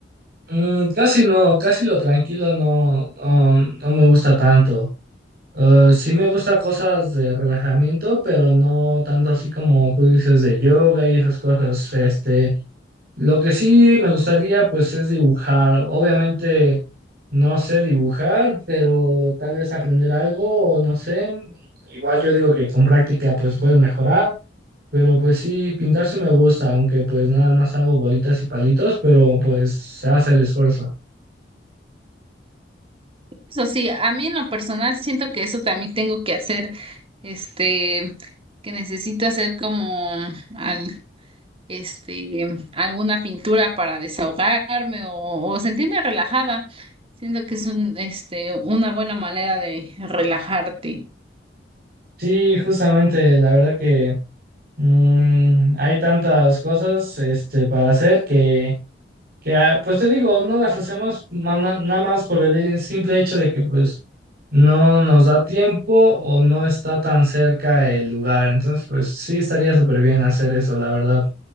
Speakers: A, on the right; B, on the right.
A: Mm, casi no, casi lo tranquilo no, no, no me gusta tanto. Eh, sí me gusta cosas de relajamiento, pero no tanto así como tú dices de yoga y esas cosas. Este, lo que sí me gustaría pues es dibujar. Obviamente no sé dibujar, pero tal vez aprender algo o no sé. Igual yo digo que con práctica pues puedes mejorar. Pero pues sí, pintar sí me gusta, aunque pues nada más hago bolitas y palitos, pero pues se hace el esfuerzo.
B: Eso sí, a mí en lo personal siento que eso también tengo que hacer, este, que necesito hacer como al- este, alguna pintura para desahogarme o, o sentirme relajada. Siento que es un, este, una buena manera de relajarte.
A: Sí, justamente, la verdad que mm, hay tantas cosas este, para hacer que, que, ah, pues te digo, no las hacemos na- na- nada más por el simple hecho de que pues no nos da tiempo o no está tan cerca el lugar. Entonces, pues sí, estaría súper bien hacer eso, la verdad.